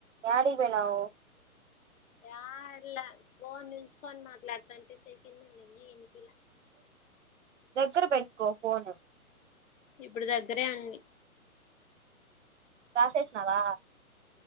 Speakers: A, on the right; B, on the left.
A: యాడి పోనావు
B: యాడలే ఫోన్ నిల్చుకొని మాట్లాడుతాంటే చేయ్ కిందుండింది ఇనిపియాల
A: దగ్గర పెట్టుకో ఫోను
B: ఇప్పుడు దగ్గరే ఉంది
A: రాసేసినావా